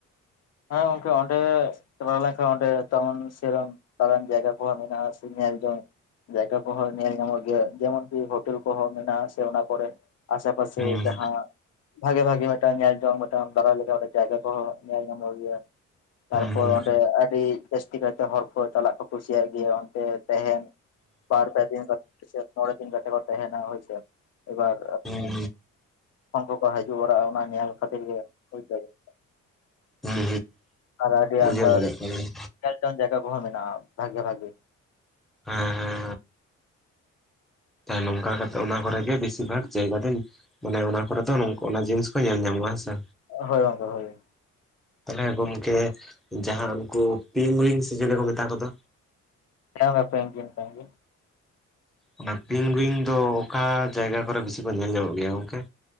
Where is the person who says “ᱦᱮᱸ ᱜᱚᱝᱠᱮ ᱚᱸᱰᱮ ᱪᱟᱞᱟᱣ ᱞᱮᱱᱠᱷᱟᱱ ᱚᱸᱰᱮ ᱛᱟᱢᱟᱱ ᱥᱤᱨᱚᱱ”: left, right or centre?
Left